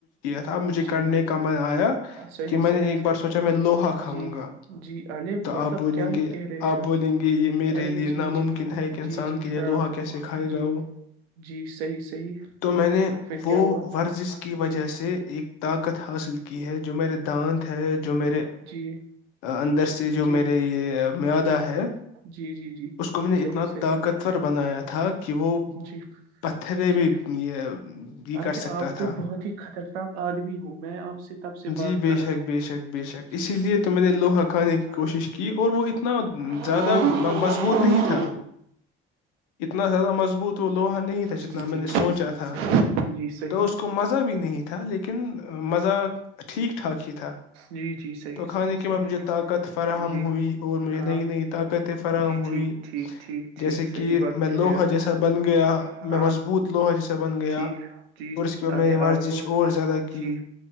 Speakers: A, on the left (about 75°); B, on the right (about 85°).
A: تب مجھے کرنے
B: جی
A: کا من آیا
B: صحیح
A: کہ میں
B: صحیح
A: نے ایک
B: صحیح
A: بار سوچا میں لوہا کھاؤں
B: جی
A: گا
B: جی ارے
A: تو آپ
B: مطلب
A: بولیں
B: کیا ہی
A: گے
B: کہہ رہے
A: آپ
B: ہیں آپ
A: بولیں گے یہ میرے
B: ارے
A: لیے ناممکن
B: جی جی
A: ہے ایک انسان
B: جی جی
A: کے لیے
B: ہاں
A: لوہا
B: ہاں
A: کیسے کھائے گا
B: جی
A: وہ
B: جی صحیح صحیح
A: تو میں
B: جی
A: نے
B: پھر
A: وہ
B: کیا ہوا
A: ورزش کی وجہ
B: جی
A: سے ایک طاقت حاصل کی ہے جو میرے دانت ہے جو میرے
B: جی یہ جو میرے جی
A: اندر در سے جو
B: جی آ، جی
A: میرے یہ مدا ہے
B: جی جی جی
A: اس کو میں نے
B: صحیح
A: اتنا
B: صحیح
A: طاقتور بنایا تھا کہ وہ
B: جی
A: پتھرے بھی
B: جی
A: یہ یہ
B: ارے
A: کر سکتا
B: آپ تو
A: تھا
B: بہت ہی خطرناک آدمی ہوں میں آپ سے تب سے
A: جی
B: بات
A: بے
B: کر رہا
A: شک بے
B: ہوں
A: شک بے شک
B: جی
A: اسی
B: اس
A: لیئے تو میں نے لوہا کھانے کی
B: جی
A: کوشش
B: جی
A: کی
B: جی
A: اور وہ
B: کوشش
A: اتنا
B: اور
A: زیادہ مضبوط
B: وہ
A: نہیں تھا
B: اتنا
A: اتنا زیادہ مضبوط وہ لوہا نہیں تھا جتنا
B: جی جی
A: میں نے سوچا
B: صحیح
A: تھا
B: صحیح جی صحیح
A: تو اس کو مزہ بھی نہیں تھا لیکن مزہ ٹھیک ٹھاک ہی تھا
B: جی جی صحیح
A: تو کھانے
B: صحیح
A: کے
B: صحیح
A: بعد مجھے طاقت فراہم
B: جی
A: ہوئی اور مجھے
B: ہاں
A: نئی نئی طاقتیں فراہم
B: جی
A: ہوئی
B: ٹھیک ٹھیک ٹھیک
A: جیسے
B: ٹھیک
A: کہ
B: صحیح بات
A: میں
B: کہہ
A: لوہا
B: رہے آپ
A: جیسا بن گیا
B: جی
A: میں
B: ہاں
A: مضبوط لوہ جیسے بن گیا
B: ٹھیک جی
A: اور اس کے بع میں
B: ارے
A: نے ورزش
B: آپ تو
A: اور زیادہ کی
B: جی